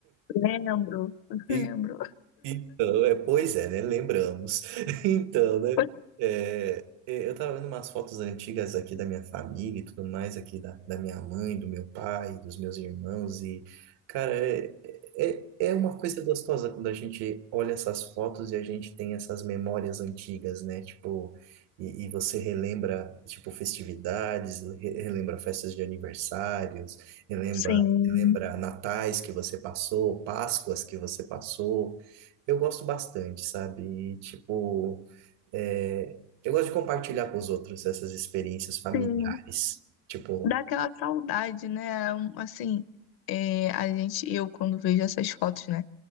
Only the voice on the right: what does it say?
E,
Então, é, pois é, né? Lembramos. <laughs> Então, né?
é, é, eu tava vendo umas fotos antigas aqui da minha família e tudo mais, aqui da, da minha mãe, do meu pai, dos meus irmãos, e, cara, é, é, é uma coisa gostosa quando a gente olha essas fotos e a gente tem essas memórias antigas, né? Tipo, e, e você relembra, tipo, festividades, re- relembra festas de aniversários, relembra,
relembra natais que você passou, Páscoas que você passou eu gosto bastante, sabe? E, tipo, é, eu gosto de compartilhar com os outros essas experiências familiares.
Tipo,